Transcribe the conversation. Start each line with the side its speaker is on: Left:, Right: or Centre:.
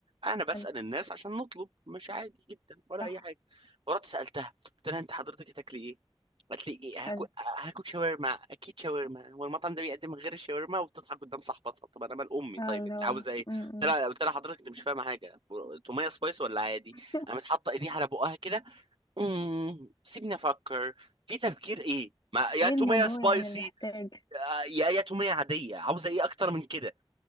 Right: انا بسال
Left: حلو
Right: الناس عشان نطلب مش عادي جدا ولا
Left: صح
Right: اي حاجه فرحت سالتها قلت لها انت حضرتك هتاكلي ايه قالت لي ايه
Left: حلو
Right: هاكل هاكل شاورما اكيد شاورما هو المطعم ده بيقدم غير الشاورما وبتضحك قدام صاحبتها طب انا مال امي
Left: آه
Right: طيب
Left: اللي
Right: انت
Left: هو
Right: عاوزه ايه
Left: م-
Right: قلت لها
Left: م.
Right: قلت لها حضرتك انت مش فاهمه حاجه توميه سبايس ولا عادي
Left: <laughs>
Right: قامت حاطه ايديها على بقها كده امم سيبني افكر في تفكير ايه ما يا
Left: ايه
Right: توميه
Left: الموضوع
Right: سبايسي
Left: يعني المحتاج
Right: آه، يا يا توميه عاديه عاوزه ايه اكتر من كده